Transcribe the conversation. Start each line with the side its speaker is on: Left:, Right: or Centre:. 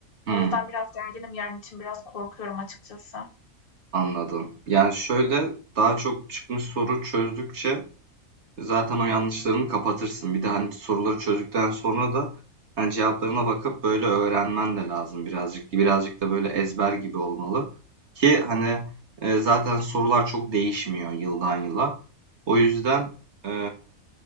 Right: hı.
Left: O
Right: Hı,
Left: yüzden biraz gerginim yarın için, biraz korkuyorum açıkçası.
Right: anladım. Yani şöyle daha çok çıkmış soru çözdükçe Zaten o yanlışlarını kapatırsın. Bir de hani soruları çözdükten sonra da hani cevaplarına bakıp böyle öğrenmen de lazım birazcık. Birazcık da böyle ezber gibi olmalı. Ki hani e, zaten sorular çok değişmiyor yıldan yıla. O yüzden e,